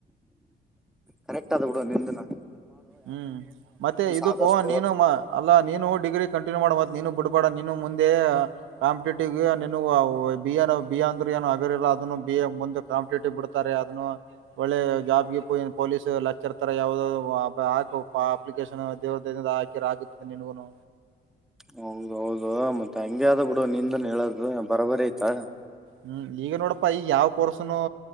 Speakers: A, in the centre; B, on the right (about 80°).
A: ಕರೆಕ್ಟ್ ಆದ ಬಿಡು ನಿಂದನು.
B: ಹ್ಮ್ ಮತ್ತೆ ಇದುಪೊ
A: ಆದಷ್ಟು
B: ನೀನು ಮ ಅಲ್ಲಾ ನೀನು ಡಿಗ್ರಿ ಕಂಟಿನ್ಯೂ ಮಾಡ ಮತ್ ನೀನು ಬಿಡ್ ಕೂಡ ನೀನು ಮುಂದೆ ಕಾಂಪಿಟೇಟಿವಗೆ ನೀನಗ ಅವು ಬಿ ಎ ನವ ಬಿ ಎ ಅಂದ್ರು ಏನು ಹಗರಿಲ್ಲ ಅದನ್ನು ಬಿ ಎಕ ಮುಂದ ಕಾಂಪಿಟೇಟಿವ್ ಬಿಡ್ತಾರೆ ಅದನ್ನು ಒಳ್ಳೆ ಜಾಬ್ ಗಿಬು ಪೊಲೀಸು ಲಕ್ಚರ್ ತರ ಯಾವದ ದ ಹಾಕೋಪ ಅಪ್ಲಿಕೇಶನ್ ದೇವರ ದಯೆದಿಂದ ಹಾಕಿರ ಆಗುತ್ತೆ ನಿನಗುನು.
A: ಹೌದ ಹೌದು ಮತ್ತ ಹಂಗೆ ಅದ ಬಿಡು ನಿಂದನ್ ಹೇಳದು ಬರಬರಿ ಆಯ್ತಾ.
B: ಹ್ಮ್ ಈಗ ನೋಡಪ್ಪಾ ಈಗ ಯಾವ್ ಕೋರ್ಸನು